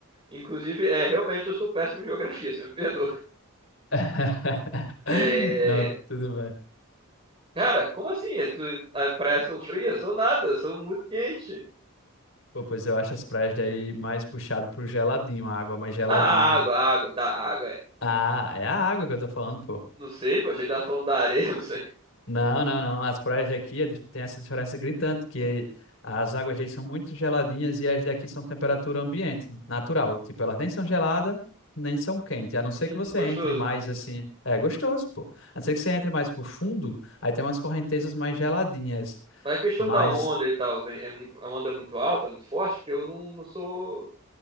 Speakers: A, on the right; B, on the left.
A: Inclusive, é, realmente eu sou péssimo em geografia, <laughs> você me perdoa.
B: <laughs>
A: É,
B: Não, tudo bem.
A: cara, como assim? É Tu, a praia são frias? Sou nada, sou muito quente.
B: Pô, pois eu acho as praias daí mais puxado pro geladinho, a água mais geladinha.
A: Ah, a água, a água, tá, a água é.
B: Ah, é a água que eu tô falando, pô.
A: Não sei, pô, achei que tava falando da areia, <laughs> não sei.
B: Não, não, não. As praias daqui é dif- tem essa diferença gritante, que as águas daí são muito geladinhas e as daqui são temperatura ambiente, natural. Tipo, elas nem são geladas, nem são quentes. A não ser
A: Hum,
B: que você
A: gostoso.
B: entre mais assim. É gostoso, pô. A não ser que você entre mais pro fundo, aí tem umas correntezas mais geladinhas.
A: Mas a questão
B: Mas,
A: da onda e tal, vem, é muito, a onda é muito alta, muito forte, porque eu não, não sou